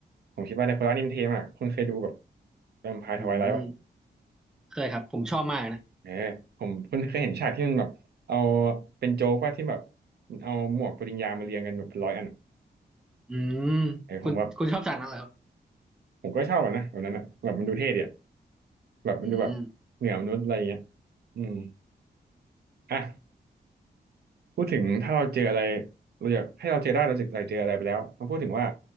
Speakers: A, on the right (about 65°); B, in the centre.
A: ผมคิดว่าดราคูล่านี่มันเท่มากคุณเคยดูแบบแวมไพร์ทไวไลท์ปะ
B: อืมเคยครับผมชอบมากนะ
A: เออผมคุณเคยเห็นฉากที่มันแบบเอาเป็นโจ๊กว่าที่แบบเอาหมวกปริญญามาเรียงกันแบบเป็นร้อยอัน
B: อืม
A: เออผมแบบ
B: คุณคุณชอบจากนั้นเหรอครับ
A: ผมก็ชอบอะนะแบบนั้นอะแบบมันดูเท่ดีอะแบบมันดูแบบเหนือมนุษย์อะไรอย่างเงี้ย
B: อืม
A: อืมอ่ะพูดถึงถ้าเราเจออะไรเราอยากให้เราเจอได้เราจะอยากเจออะไรไปแล้วมาพูดถึงว่า